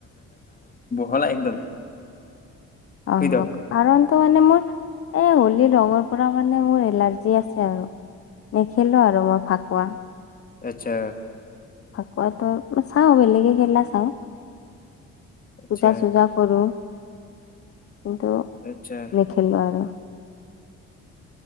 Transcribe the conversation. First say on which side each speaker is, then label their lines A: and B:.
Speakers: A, on the left; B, on the left.
A: হল একদম
B: অ
A: কৈ দিয়ক।
B: কাৰণটো মানে মোৰ এই হোলী ৰঙৰ পৰা মানে মোৰ এলাৰ্জি আছে। আৰু নেখেলো আৰু মই ফাক কোৱা
A: আচ্ছা
B: ফাকুৱা ত চাওঁ বেলেগে খেলা চাওঁ।
A: আচ্ছা
B: পূজা চূজা কৰো। কিন্তু
A: আচ্ছা
B: নেখেলো আৰু